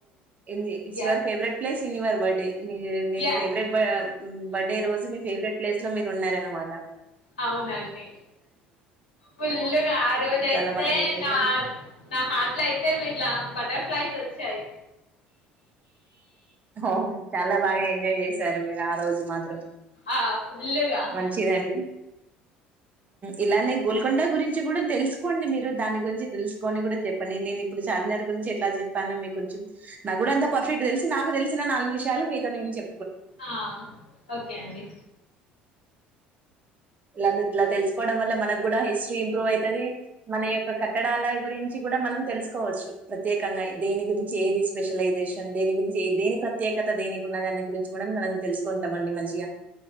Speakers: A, on the right (about 30°); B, on the left (about 75°).
A: ఇంది it's your
B: is
A: favourite place in your birthday మీ మీ
B: ఎస్
A: ఫేవరెట్ బ బర్త్డే రోజు మీ ఫేవరెట్ ప్లేస్ లో మీరు ఉన్నారన్నమాట
B: అవునండి ఫుల్లుగా ఆ రోజయితే
A: చాలా బాగా ఎంజాయ్ చేశాను
B: నా నా హాట్లో అయితే వీట్ళ బటర్ఫ్లై వచ్చయి
A: ఓ చాలా బాగా ఎంజాయ్ చేశారు మీరు ఆ రోజు మాత్రం
B: ఆ ఫుల్లుగా
A: మంచిదండి ఇలానే గోల్కొండ గురించి కూడా తెలుసుకోండి మీరు దాని గురించి తెలుసుకొని కూడా జెప్పండి నేను ఇప్పుడు చార్మినార్ గురించి ఎట్లా జెప్పాను మీ కొంచెం నాకు కూడా అంత పర్ఫెక్ట్ తెలిసి నాకు తెలిసిన నాలుగు విషయా మీతో నేను జె
B: ఆ ఓకే అండి
A: ఇలాంటి ఇల తెలుసుకోవడం వల్ల మనకు గూడ హిస్టరీ ఇంప్రూవ్ అయితది మన యొక్క కట్టడాలయ గురించి కూడా మనం తెలుసుకోవచ్చు ప్రత్యేకంగా దేని గురించి ఏది స్పెషలైజేషన్ దేని గురించి ఏ దేని ప్రత్యేకత దేనికున్న దాన్ని గురించి మ మనం తెలుసుకుంటాంమండి మంచిగా